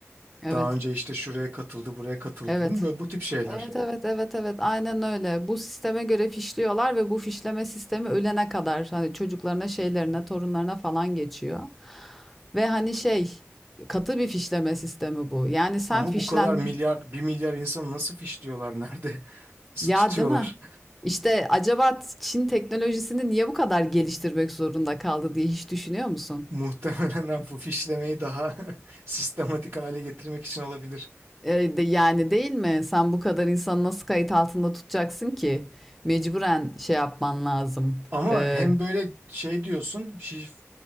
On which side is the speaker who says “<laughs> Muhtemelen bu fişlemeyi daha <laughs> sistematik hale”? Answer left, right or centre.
Right